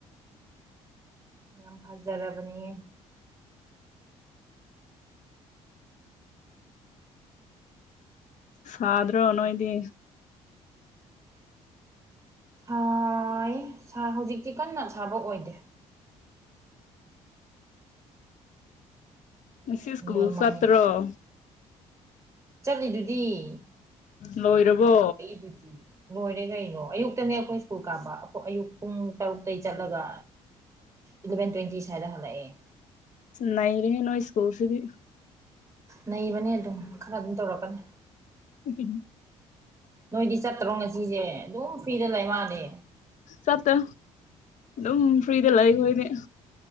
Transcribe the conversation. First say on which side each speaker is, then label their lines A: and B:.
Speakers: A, on the right; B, on the left.
A: ꯌꯥꯝ ꯐꯖꯔꯕꯅꯤꯌꯦ
B: ꯁꯥꯗ꯭ꯔꯣ ꯅꯣꯏꯗꯤ
A: ꯁꯥꯏ ꯍꯧꯖꯤꯛꯇꯤ ꯀꯟꯅ ꯁꯥꯕ ꯑꯣꯏꯗꯦ
B: ꯉꯁꯤ ꯏꯁꯀꯨ
A: ꯅꯣꯡꯃꯪꯉꯦ
B: ꯆꯠꯇ꯭ꯔꫭ
A: ꯆꯠꯂꯤꯗꯨꯗꯤ
B: ꯂꯣꯏꯔꯕꯣ
A: ꯗꯨꯗꯤ ꯂꯣꯏꯔꯦ ꯀꯩꯅꯣ ꯑꯌꯨꯛꯇꯅꯦ ꯑꯩꯈꯣꯏ ꯁ꯭ꯀꯨꯜ ꯀꯥꯕ ꯑꯌꯨꯛ ꯄꯨꯡ ꯇꯔꯨꯛꯇꯩ ꯆꯠꯂꯒ ꯏꯂꯚꯦꯟ ꯇ꯭ꯋꯦꯟꯇꯤ ꯁ꯭ꯋꯥꯏꯗ ꯍꯜꯂꯛꯑꯦ
B: ꯅꯩꯔꯦꯍꯦ ꯅꫭꯏ ꯁꯀꯨꯜꯁꯤꯗꯤ
A: ꯅꯩꯕꯅꯦ ꯑꯗꯨꯝ ꯈꯔ ꯑꯗꯨꯝ ꯇꯧꯔꯛꯀꯅꯤ
B: ꯎ <unintelligible>
A: ꯅꯣꯏꯗꯤ ꯆꯠꯇ꯭ꯔꯣ ꯉꯁꯤꯁꯦ ꯑꯗꯨꯝ ꯐ꯭ꯔꯤꯗ ꯂꯩ ꯃꯥꯅꯦ
B: ꯆꯠꯇ ꯑꯗꯨꯝ ꯐ꯭ꯔꯤꯗꯂꯩ ꯑꯈꯣꯏꯗꯤ